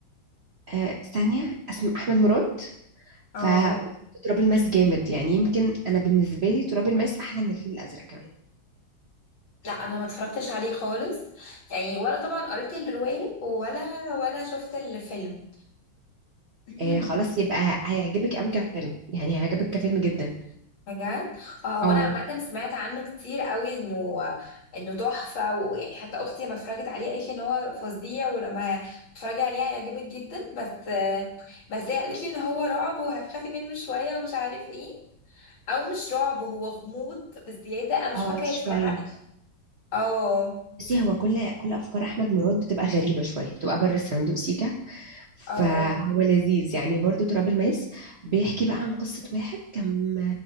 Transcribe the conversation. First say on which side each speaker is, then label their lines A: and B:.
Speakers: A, on the right; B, on the left.
A: آه، ثانيه اسمه احمد مراد
B: اه
A: ف تراب الماس جامد يعني يمكن انا بالنسبه لي تراب الماس احلى من الفيل الازرق كمان
B: لا انا ما اتفرجتش عليه خالص يعني ولا طبعا قريت الرواية ولا ولا شفت الفيلم <laughs>
A: آه خلاص يبقى هيعجبك قوي كفيلم يعني هيعجبك كفيلم جدا
B: بجد اه هو
A: اه
B: انا عامه سمعت عنه كتير قوي انه انه تحفه ويعني حتى اختي لما اتفرجت عليه قالت لي ان هو فظيع ولما تتفرجي عليه هيعجبك جدا بس بس هي قالت لي ان هو رعب وهتخافي منه شويه ومش عارف ايه او مش رعب هو غموض بزياده انا مش
A: اه
B: فاكره
A: شوية
B: هي بصراحه <laughs> اه
A: بصي هو كل كل أفكار أحمد مراد بتبقى غريبة شوية بتبقى بره الصندوق سيكا فهو
B: اه
A: لذيذ يعني برضو تراب الماس بيحكي بقى عن قصة واحد كان